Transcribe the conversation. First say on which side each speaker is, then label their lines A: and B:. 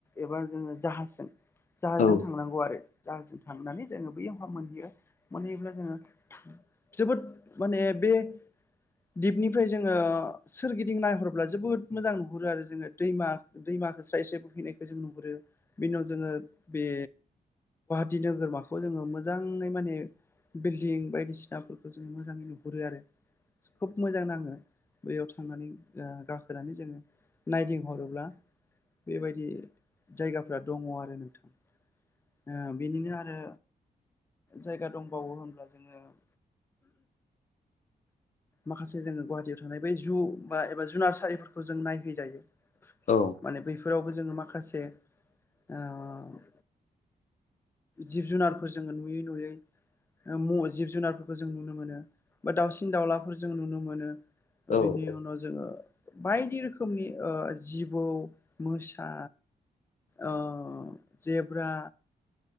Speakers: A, on the left; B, on the left.
A: एबा जोङो जाहाजजों जाहाजों
B: औ
A: थांनांगौ आरो जाहाजों थांनानै जोङो बैयावहा मोनहैयो मोनहैयोब्ला जोङो जोबोद माने बे दिपनिफ्राय जोङो सोरगिदिं नायहर्ला जोबोद मोजां नुहुरो आरो जोङो दैमा दैमाखौ स्राय स्राय एसे बोहैनायखौ जों नुहुरो बिनि उनाव जोङो बे दिनो गोरमाखौ जोङो मोजाङै माने बिल्डिं बायदिसिनाफोरखौ जों मोजाङै नुहुरो आरो खोब मोजां नाङो बैयाव थांनानै गाखोनानै जोङो नायदिंहरोब्ला बेबायदि जायगाफ्रा दङ आरो नोंथां बेनिनो आरो जायगा दंबावो होनब्ला जोङो <inaudible> <inaudible>
B: <inaudible> <inaudible>
A: माखासे जोङो गुवाहाटियाव थानाय बै जु बा एबा जुनारसारिफोरखौ जों नायहैजायो।
B: औ।
A: माने बैफोरावबो जोङो माखासे ओ जिब जुनारफोर जोङो नुयै नुयै जिब ओ म जुनारफोरखौ जों नुनो मोनो। बा दाउसिन दाउलाफोर जों नुनो मोनो
B: औ
A: बेनि
B: औ नंगौ
A: अन उ जोङो बायदि रोखोमनिओ जिबौ मोसा। ओ जेब्रा